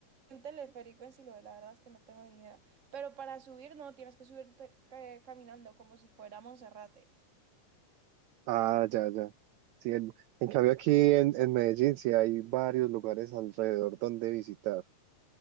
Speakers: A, on the right (about 30°); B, on the right (about 80°).
A: un teleférico en Siloé, la verdad es que no tengo ni idea. Pero para subir, no, tienes que subirte ca- caminando como si fuera Monserrate.
B: Ah, ya, ya. Sí, en, en cambio aquí en, en Medellín sí hay varios lugares alrededor donde visitar.